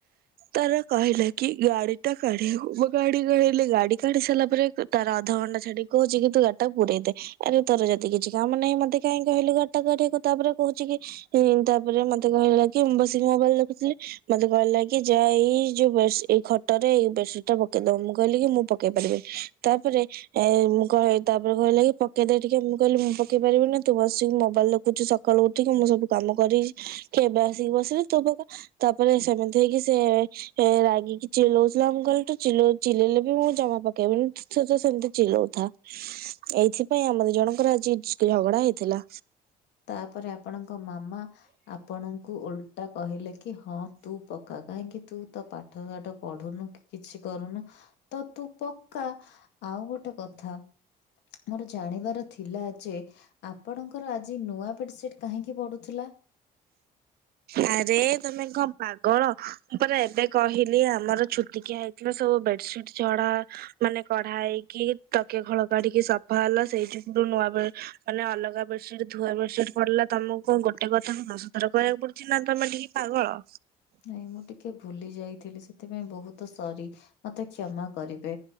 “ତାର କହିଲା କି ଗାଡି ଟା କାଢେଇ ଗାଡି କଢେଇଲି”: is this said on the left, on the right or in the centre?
Right